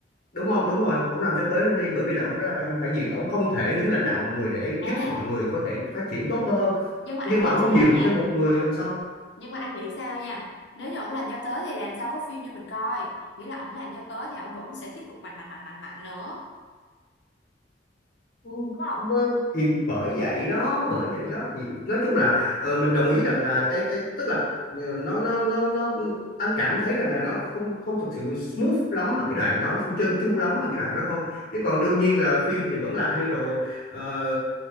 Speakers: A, on the left; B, on the left.
A: đúng không đúng rồi ông làm cho tới luôn đi bởi vì là ông đã là vai phản diện ông không thể đứng lãnh đạo mọi người để
B: À
A: giúp mọi người có thể phát triển tốt hơn
B: nhưng mà anh
A: nhưng
B: nghĩ
A: mà ông không
B: sao
A: dựng
B: nha
A: thêm một người đằng sau
B: nhưng mà anh nghĩ sao nha nếu như ổng làm cho tới thì làm sao có phim cho mình coi nghĩa là ổng làm cho tới thì ổng vẫn sẽ tiếp tục mạnh mạnh mạnh mạnh mạnh nữa
A: Ừ,
B: đúng không
A: mà thì bởi vậy đó bởi vậy đó thì nói chung là ờ, mình đồng ý rằng là cái cái tức là ờ, nó nó nó nó anh cảm thấy rằng là nó không không thực sự smooth lắm ở cái đoạn đó nó không trơn tru lắm ở cái đoạn đó thôi chứ còn đương nhiên là phim thì vẫn là hay rồi Ờ,